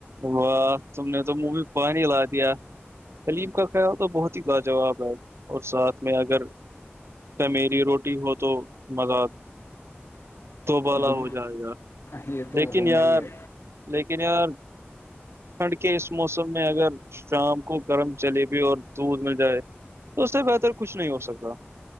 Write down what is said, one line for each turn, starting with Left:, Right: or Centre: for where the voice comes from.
Right: واہ تم نے تو منہ میں پانی لا دیا کلیم کا تو بہت ہی لاجاب ہے اور ساتھ میں اگر میری روٹی ہو تو مزہ تو بالا
Left: دو
Right: ہو جائے یار
Left: یہ تو
Right: لیکن
Left: ہونا
Right: یار
Left: ہی ہے
Right: لیکن یار ٹھنڈ کے اس موسم میں اگر شام کو گرم جلیبی اور دودھ مل جائے تو اس سے بہتر کچھ نہیں ہو سکتا